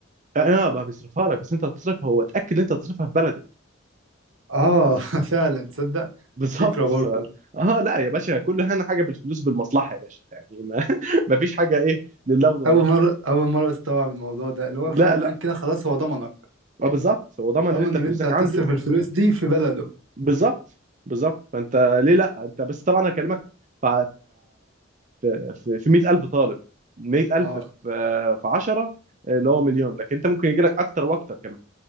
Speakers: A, on the right (about 40°); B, on the right (about 80°).
A: اه آه، بقى بيصرفها لك بس انت هتصرفها هو اتاكد ان انت هتصرفها في بلده
B: اه <laughs> فعلا تصدق
A: <laughs> بالظبط
B: فكره برضه
A: ف اه لا يا باشا كل هنا حاجه بالفلوس بالمصلحه يا باشا يعني ما, <laughs> ما فيش حاجه ايه لله وللوطن
B: اول مره اول مره استوعب الموضوع ده اللي هو
A: لا
B: فعلا
A: لا
B: كده خلاص هو ضمنك
A: اه بالظبط هو ضمن
B: ضمن
A: ان انت فلوسك
B: ان انت هتصرف
A: عنده
B: الفلوس دي في بلده
A: بالظبط بالظبط فانت ليه لا انت بس طبعا انا اكلمك في في في, في 100000 طالب 100000
B: اه
A: في آه، في 10 اللي هو مليون لكن انت ممكن يجي لك اكتر واكتر كمان